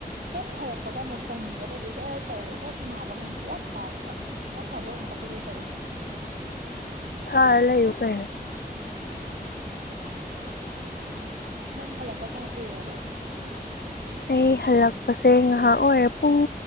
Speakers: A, on the right (about 70°); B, on the left (about 80°).
A: ꯍꯦꯛ ꯐꯔꯛꯄꯒ ꯑꯃꯨꯛ ꯇꯧꯅꯤꯡꯕ ꯇꯩꯗꯤ ꯖꯔ ꯇꯧꯔꯦ ꯍꯦꯛ ꯅꯥꯕ ꯉꯝ ꯄꯣꯠ ꯇꯥꯏꯔꯦ ꯍꯦꯛ ꯐꯕꯒ ꯑꯃꯨꯛ ꯍꯧꯒꯂꯦ ꯇꯧꯔꯤꯁꯦ
B: ꯊꯥꯔ ꯂꯩꯌꯨ ꯀꯩꯅꯣ
A: ꯅꯪ ꯍꯜꯂꯛꯄ ꯀꯌꯥꯝ ꯀꯨꯏꯔꯒꯦ
B: ꯑꯩ ꯍꯜꯂꯛꯄꯁꯦ ꯉꯥꯏꯍꯥꯛ ꯑꯣꯏꯔꯦ ꯄꯨꯡ